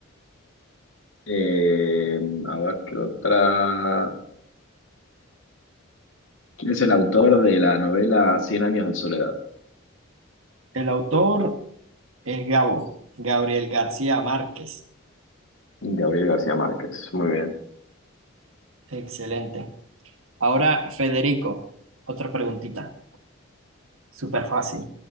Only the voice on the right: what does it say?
El autor es Gabo, Gabriel García Márquez.
Excelente. Ahora, Federico, otra preguntita. Súper fácil.